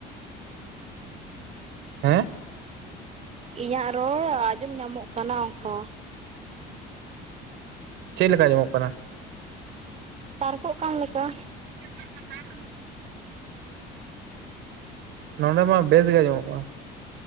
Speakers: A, on the right; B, on the right.
A: ᱦᱮᱸ᱾
B: ᱤᱧᱟᱹᱜ ᱨᱚᱲ ᱟᱸᱡᱚᱢ ᱧᱟᱢᱚᱜ ᱠᱟᱱᱟ ᱚᱝᱠᱟ᱾
A: ᱪᱮᱫ ᱞᱮᱠᱟ ᱟᱡᱚᱢᱚᱜ ᱠᱟᱱᱟ?
B: ᱛᱟᱨᱠᱚᱜ ᱠᱟᱱ ᱞᱮᱠᱟ᱾
A: <inaudible> ᱱᱚᱰᱮ ᱢᱟ ᱵᱮᱥ ᱜᱮ ᱟᱡᱚᱢᱚᱜ ᱠᱟᱱᱟ᱾